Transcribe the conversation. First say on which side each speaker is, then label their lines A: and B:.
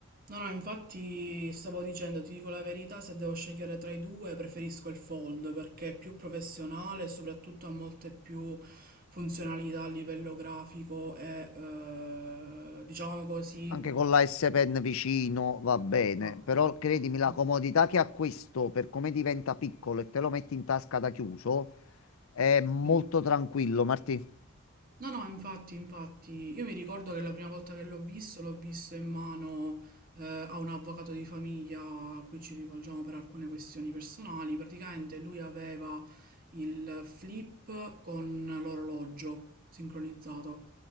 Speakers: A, on the right (about 45°); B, on the left (about 70°).
A: No, no, infatti stavo dicendo, ti dico la verità, se devo scegliere tra i due preferisco il Fold perché è più professionale e soprattutto ha molte più funzionalità a livello grafico e eh, diciamo così.
B: Anche con la S Pen vicino va bene,
A: Esatto,
B: però credimi,
A: esatto.
B: la comodità che ha questo per come diventa piccolo e te lo metti in tasca da chiuso è molto
A: Sì.
B: tranquillo, Martì.
A: No, no, infatti, infatti, io mi ricordo che la prima volta che l'ho visto, l'ho visto in mano eh, a un avvocato di famiglia a cui ci rivolgiamo per alcune questioni personali. Praticamente lui aveva il flip con l'orologio sincronizzato